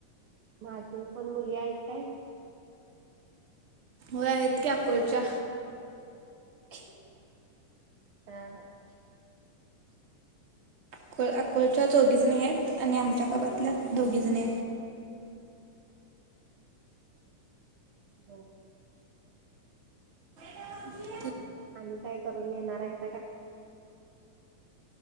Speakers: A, on the right; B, on the right.
A: मंग अजूंन कोणं मुली आहेतं कायं
B: व्हयं इतक्यां पुरंच्या
A: हम्मं
B: अंकल अकोडच्या चौघी जणी आहेतं आणि आमच्या गावांतल्या दोघे जणं आहेतं
A: हो
B: <unintelligible>
A: आणि कायं करूंन येणारं आहेसां कायं